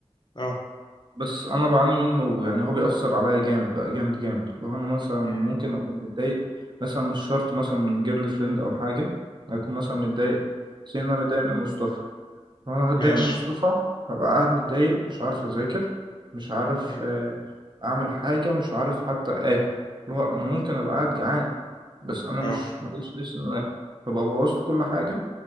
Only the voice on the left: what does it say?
اه
امم
امم
ماشي
امم
اه